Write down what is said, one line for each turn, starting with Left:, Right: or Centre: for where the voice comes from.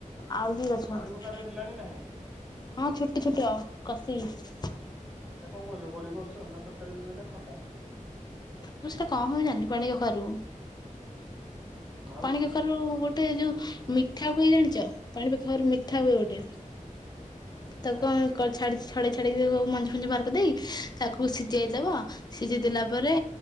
Left: ଆଉ କିଏ ଗଛ
Centre: ପାଣି କଖାରୁ
Left: ହଁ
Centre: ହେଲାଣି ନା ହେଇନି
Left: ଛୋଟ ଛୋଟ କସି ହେଇଚି
Centre: ସେ କଣ କରୁଛ ବଡି କରୁଛ ନା ତରକାରୀ ବି ନା ଖଟା
Left: ମୁ ସେଟା କଣ ହଉ ଜାଣିନି ପାଣି କଖାରୁ
Centre: ଆଉ
Left: ପାଣି ଖରୁ ଗୋଟେ ଯୋଉ ମିଠା ହୁଏ ଜାଣିଛ ପାଣି ପାଖ ଘଖରୁ ମିଠା ହୁଏ ଗୋଟେ
Centre: ମିଠା
Left: ତାକୁ କଣଛା ଛଡେଇ ଛାଡିକି ମଞ୍ଜି ଫଞ୍ଜି ବାହାର କରି ଦେଇ ତାକୁ ସିଝେଇଦବ ସିଝି ଦେଲା ପରେ